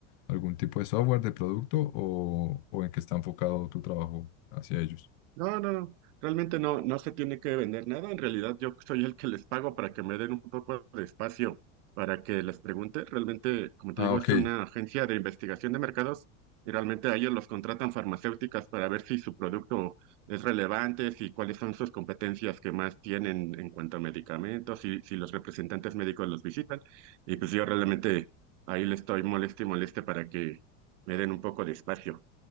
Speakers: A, on the left; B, on the right.
A: algún tipo de software, de producto o, o en qué está enfocado tu trabajo hacia ellos.
B: No, no, no. realmente no, no se tiene que vender nada. En realidad, yo soy el que les pago para que me den un poco de espacio para que les pregunte. Realmente, como te
A: Ah,
B: digo,
A: ok,
B: es una agencia de investigación de mercados y realmente a ellos los contratan farmacéuticas para ver si su producto es relevante, si cuáles son sus competencias que más tienen en cuanto a medicamentos, si, si los representantes médicos los visitan. Y pues yo realmente ahí les estoy moleste y moleste para que me den un poco de espacio.